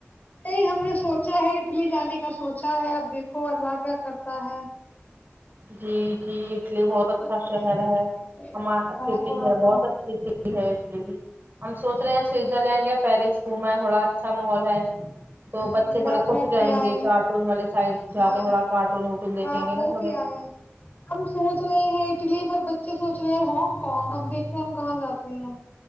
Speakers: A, on the left; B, on the right.
A: نہیں ہم نے سوچا ہے اٹلی جانے کا سوچا ہے اب دیکھو اللہ کیا کرتا ہے
B: جی کی اٹلی بہت
A: ہم سوچ
B: اچھا شہر
A: رہے ہیں
B: ہے ہمارا سٹی
A: تھوڑا
B: ہے
A: سا
B: بہت اچھی لیے بھی ہم سوچ رہے ہیں سوئٹزرلینڈ یا پیرس گھوما ہے تھوڑا اچھا ماحول ہے تو
A: جی
B: بچے تھوڑے
A: آپ
B: خوش ہو
A: کے
B: جائیں
A: آئے
B: گے کارٹون والے سائڈ جا
A: ہاں
B: کے تھوڑا کارٹون وٹون دیکھیں
A: آپ
B: گے نا
A: ہو کے
B: تھوڑے
A: آئے ہم سوچ رہے ہیں اٹلی پر ب اچے سوچ رہے ہیں ہانگ کانگ اب دیکھتے ہیں ہم کہاں جاتے ہیں